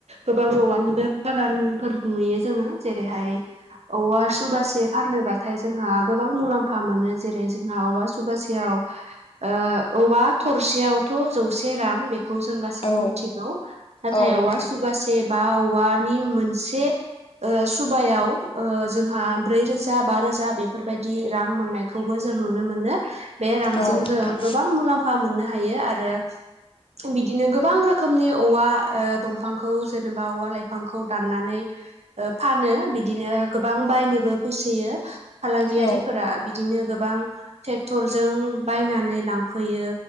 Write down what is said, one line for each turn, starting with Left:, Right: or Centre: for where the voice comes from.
Right: गोबां औवानिबो बागानफोर नुयो जोङो जेरैहाय औवा सुबासे फानोबाथाय जोंहा गोबां मुलाम्फा मोनो जेरै जोंहा औवा सुबासेयाव ओ औवा थरसेयावथ' जौसे रां बेखौ जों गा गासिबो
Left: औ
Right: मिथिगौ नाथाय
Left: औ नोंथां
Right: औवा सुबासे बा औवानि मोनसे सुबायाव जोंहा ब्रै रोजा बा रोजा बेफोरबायदि रां मोननायखौबो जों नुनो मोनो बे रांजों
Left: औ नोंथां
Right: जों गोबां मुलाम्फा मोननो हायो आरो बिदिनो गोबां रोखोमनि औवा दंफांखौ जेनेबा औवा लाइफांखौ दाननानै फानो बिदिनो गोबां बायनोबो फैसोयो फालांगियारिफोरा
Left: औ
Right: बिदिनो गोबां ट्रेक्टरजों बायनानै लांफैयो